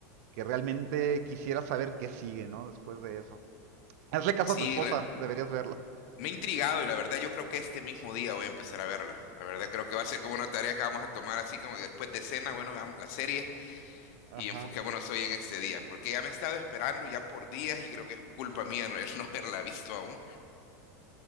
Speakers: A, on the right; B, on the left.
A: que realmente quisiera saber qué sigue, ¿no? Después de eso. Hazle caso
B: Sí,
A: a tu esposa,
B: la-
A: deberías verla.
B: me he intrigado y la verdad yo creo que este mismo día voy a empezar a verla. La verdad creo que va a ser como una tarea que vamos a tomar así como que después de cena, bueno, veamos la serie.
A: Ajá.
B: y enfoquémonos hoy en este día, porque ya me he estado esperando ya por días y creo que es culpa mía no, el <laughs> no haberla visto aún.